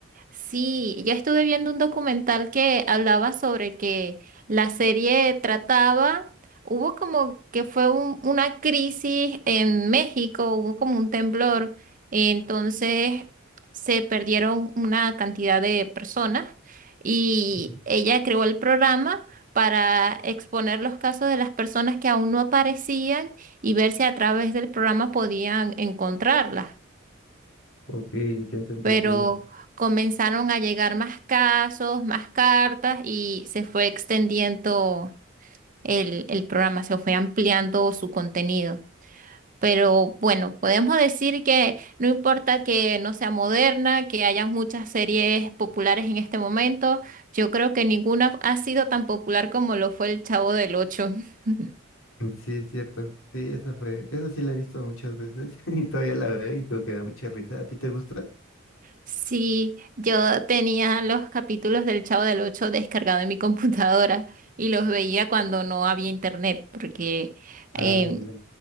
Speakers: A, on the right; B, on the left.
A: Sí, yo estuve viendo un documental que hablaba sobre que la serie trataba, hubo como que fue un- una crisis en México, hubo como un temblor, entonces se perdieron una cantidad de personas y
B: Ujú.
A: ella creó el programa para exponer los casos de las personas que aún no aparecían y ver si a través del programa podían encontrarlas
B: Ok, ya te entendí.
A: pero comenzaron a llegar más casos, más cartas y se fue extendiendo el, el programa, se fue ampliando su contenido. Pero bueno, podemos decir que no importa que no sea moderna, que haya muchas series populares en este momento, yo creo que ninguna ha sido tan popular como lo fue El Chavo del Ocho. <laughs>
B: Sí, es cierto. Sí, eso fue, eso sí la he visto muchas veces <laughs> y todavía la veo y creo que da mucha risa. ¿A ti te gusta?
A: Sí, yo tenía los capítulos del Chavo del Ocho descargados en mi <laughs> computadora y los veía cuando no había internet, porque em,
B: Ah, ya.